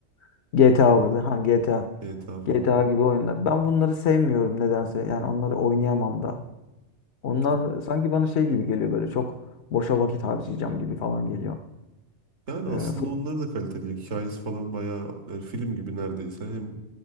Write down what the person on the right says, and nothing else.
on
GTA falan.
İki-
Yani
aslında
onlar da kaliteli. Hikayesi falan bayağı yani film gibi neredeyse. Hem